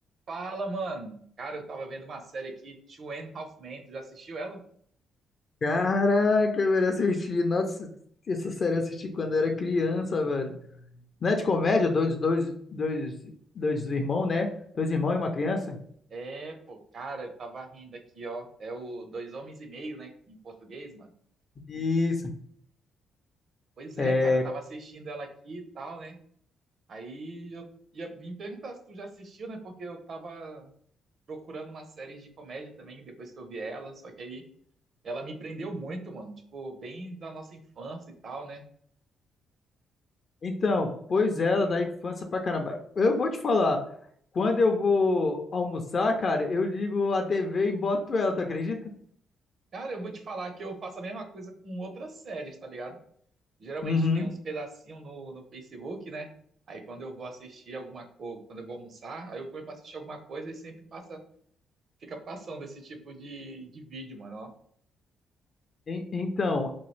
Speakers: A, on the right (about 50°); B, on the left (about 45°).
A: Fala, mano. Cara, eu tava vendo uma série aqui, Two and Half Men. Tu já assistiu ela?
B: Caraca, eu assisti. Nossa, essa série eu assisti quando eu era criança, velho. Não é de comédia? Dois, dois, dois, dois irmãos, né? Dois irmãos e uma criança?
A: É, pô, cara, eu tava rindo aqui, ó. É o Dois Homens e Meio, né? Em português, mano.
B: Isso.
A: Pois é,
B: É,
A: cara, eu tava assistindo ela aqui e tal, né? Aí eu ia vim perguntar se tu já assistiu, né? Porque eu tava procurando uma série de comédia também, depois que eu vi ela. Só que aí ela me prendeu muito, mano. Tipo, bem da nossa infância e tal, né?
B: então, pois é, ela da infância pra caramba. Eu vou te falar, quando eu vou almoçar, cara, eu ligo a TV e boto ela, tu acredita?
A: Cara, eu vou te falar que eu faço a mesma coisa com outras séries, tá ligado? Geralmente
B: Uhum.
A: tem uns pedacinhos no, no Facebook, né? Aí quando eu vou assistir alguma coisa, quando eu vou almoçar, aí eu ponho pra assistir alguma coisa e sempre passa, fica passando esse tipo de, de vídeo, mano, ó.
B: En- Então,